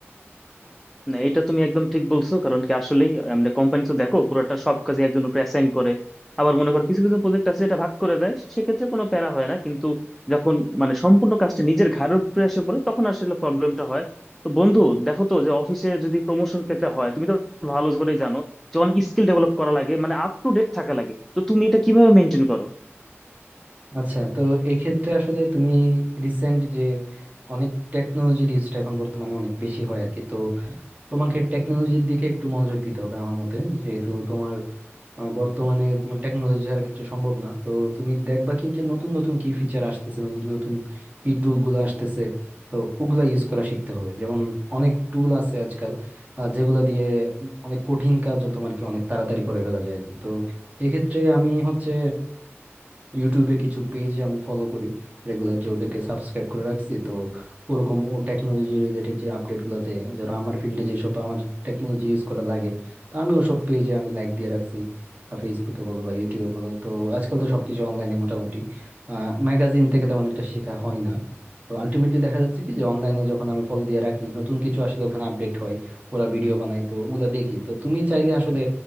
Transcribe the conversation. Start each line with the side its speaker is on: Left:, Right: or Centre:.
Centre: না এটা তুমি একদম ঠিক বলছো কারণ কি আসলেই আমরা কোম্পানি তো দেখো পুরোটা সব কাজে একজন উপরে অ্যাসাইন করে আবার মনে করো কিছু কিছু প্রজেক্ট আছে এটা ভাগ করে দেয় সেক্ষেত্রে কোনো প্যারা হয় না কিন্তু যখন মানে সম্পূর্ণ কাজটা নিজের ঘাড়ের উপরে এসে পড়ে তখন আসলে প্রবলেমটা হয় তো বন্ধু দেখো তো যে অফিসে যদি প্রমোশন পেতে হয় তুমি তো ভালো করেই জানো যে অনেক স্কিল ডেভেলপ করা লাগে মানে আপ টু ডেট থাকা লাগে তো তুমি এটা কিভাবে মেনটেন করো
Right: আচ্ছা তো এক্ষেত্রে আসলে তুমি রিসেন্ট যে অনেক টেকনোলজির ইউজটা এখন বর্তমানে অনেক বেশি হয় আর কি তো তোমাকে টেকনোলজির দিকে একটু মনোযোগ দিতে হবে আমার মতে যেহেতু তোমার আহ, বর্তমানে তোমার টেকনোলজি ছাড়া কিছু সম্ভব না তো তুমি দেখবা কি যে নতুন নতুন কি ফিচার আসতেছে নতুন নতুন কি টুল গুলো আসতেছে তো ওগুলা ইউজ করা শিখতে হবে যেমন অনেক টুল আছে আজকাল আহ, যেগুলা দিয়ে অনেক কঠিন কাজও তোমার কি অনেক তাড়াতাড়ি করে ফেলা যায় আর কি তো এক্ষেত্রে আমি হচ্ছে ইউটিউবে কিছু পেজ আমি ফলো করি রেগুলার যে ওদেরকে সাবস্ক্রাইব করে রাখছি তো ওরকম ও টেকনোলজি রিলেটেড যে আপডেট গুলো দেয় যারা আমার ফিল্ডে যেসব আমার টেকনোলজি ইউজ করা লাগে তো আমি ওসব পেজে আমি লাইক দিয়ে রাখছি ফেসবুকে বলো বা ইউটিউবে বলো তো আজকাল তো সবকিছু অনলাইনে মোটামুটি আহ ম্যাগাজিন থেকে তেমন একটা শেখা হয় না তো আলটিমেটলি দেখা যাচ্ছে কি যে অনলাইনে যখন আমি ফলো দিয়ে রাখি নতুন কিছু আসলে ওখানে আপডেট হয় ওরা ভিডিও বানায় তো ওগুলা দেখি তো তুমি চাইলে আসলে